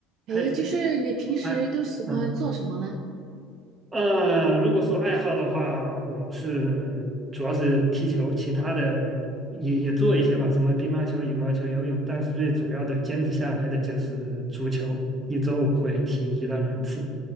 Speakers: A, on the right (about 55°); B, on the right (about 25°).
A: 诶，
B: 嘿，
A: 就是你平时都喜欢做什么呢？
B: 哎，嗯，呃，如果说爱好的话，我是主要是踢球，其他的也也做一些吧，什么乒乓球、羽毛球、游泳，但是最主要的坚持下来的就是足球，一周我会踢一到两次。